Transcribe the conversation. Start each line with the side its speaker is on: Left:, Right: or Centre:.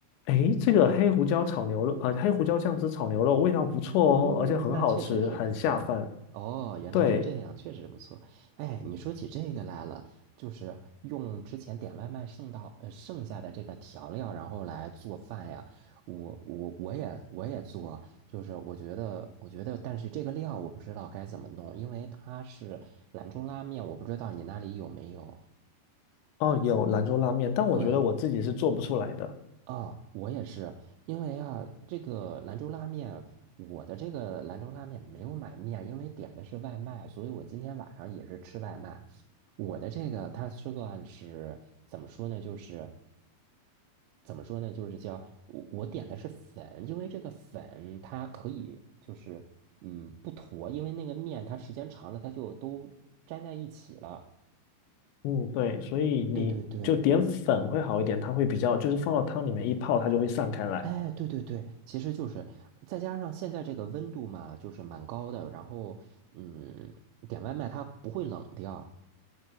Left: 诶，这个黑胡椒炒牛肉，呃，黑胡椒酱汁炒牛肉味道不错哦，
Right: 嗯，
Left: 而且很好吃，
Right: 那确实是不错的。
Left: 很下饭。
Right: 哦，原来是这样，
Left: 对，
Right: 确实不错。哎，你说起这个来了，就是用之前点外卖剩到呃剩下的这个调料，然后来做饭呀。我我我也我也做，就是我觉得我觉得，但是这个料我不知道该怎么弄，因为它是兰州拉面，我不知道你那里有没有。
Left: 哦，有兰州拉面，但我觉得我自己是做不出来的。
Right: 对，啊，我也是，因为啊，这个兰州拉面，我的这个兰州拉面没有买面，因为点的是外卖，所以我今天晚上也是吃外卖。我的这个它是算是怎么说呢？就是怎么说呢？就是叫我我点的是粉，因为这个粉它可以就是嗯不坨，因为那个面它时间长了它就都粘在一起了。
Left: 嗯，对，所以你就点粉会好一点，
Right: 对对对。
Left: 它会比较，就是放到汤里面一泡，它就会散开来。
Right: 哎，对对对，其实就是再加上现在这个温度嘛，就是蛮高的，然后嗯，点外卖它不会冷掉，